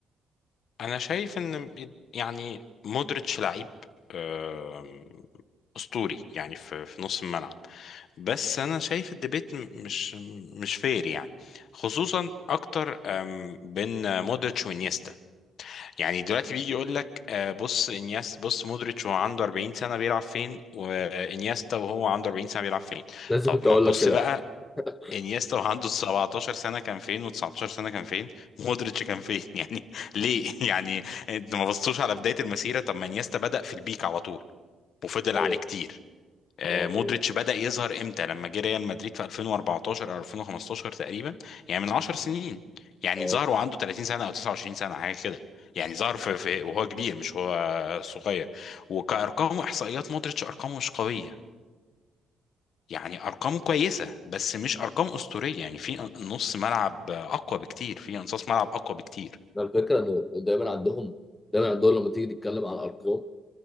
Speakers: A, on the left; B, on the left.
A: انا شايف ان يعني مودريتش لعيب آم، اسطوري يعني في في نص الملعب بس انا شايف الديبيت م- مش مش فير يعني خصوصا اكتر آم، بين مودريتش وانيستا يعني دلوقتي بيجي يقول لك آه، بص انياس بص مودريتش وهو عنده 40 سنه بيلعب فين وانيستا وهو عنده 40 سنه بيلعب فين
B: لازم
A: طب
B: كنت
A: ما
B: اقول
A: تبص
B: لك كده
A: بقى
B: يعني <laughs>
A: انيستا وعنده 17 سنة كان فين و19 سنة كان فين مودريتش كان فين <laughs> يعني ليه يعني انت ما بصتوش على بداية المسيرة طب ما انيستا بدأ في البيك على طول وفضل
B: ايوه
A: عليه كتير آه،
B: اه
A: مودريتش بدأ يظهر امتى لما جه ريال مدريد في 2014 او 2015 تقريبا يعني من 10 سنين يعني
B: اه
A: ظهر وعنده 30 سنة او 29 سنة حاجة كده يعني ظهر في, في وهو كبير مش هو صغير وكأرقام واحصائيات مودريتش ارقامه مش قوية يعني ارقامه كويسه بس مش ارقام اسطوريه يعني في نص ملعب اقوى بكتير في انصاص ملعب اقوى بكتير
B: ده الفكره انه دايما عندهم دايما عندهم لما تيجي تتكلم على الارقام